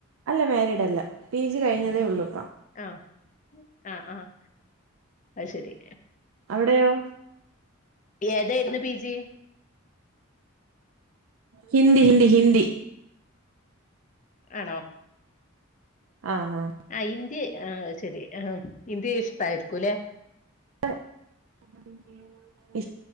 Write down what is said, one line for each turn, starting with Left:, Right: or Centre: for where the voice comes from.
Right: അല്ല മാരിഡ് അല്ല പി ജി കഴിഞ്ഞതേ ഉള്ളൂ ഇപ്പ
Left: ആഹ് ആഹ് ആഹ് അയ് ശെരി.
Right: അവടെയോ?
Left: ഏതേയ്ര്ന്നു പി ജി?
Right: ഹിന്ദി ഹിന്ദി ഹിന്ദി
Left: ആണോ
Right: ആഹ് ആഹ്
Left: ആ ഇന്ത്യ ആഹ ശരി ആഹ ഇന്ത് ഇഷ്ടായിരിക്കൂല്ലേ
Right: <unintelligible>